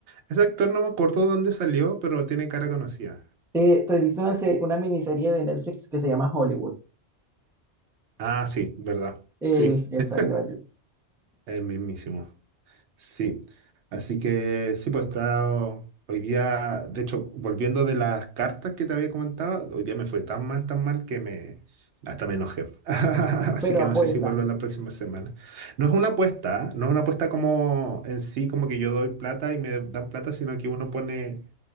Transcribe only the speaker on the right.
Ese actor no me acuerdo dónde salió, pero tiene cara conocida.
Ah, sí, verdad.
Sí.
<laughs>
El mismísimo. Sí. Así que sí, pues estaba hoy día, de hecho, volviendo de las cartas que te había comentado, hoy día me fue tan mal, tan mal que me hasta me enojé. <laughs> Así
que
no sé si vuelvo la próxima semana. No es una apuesta, ¿ah? No es una apuesta como en sí, como que yo doy plata y me dan plata, sino que uno pone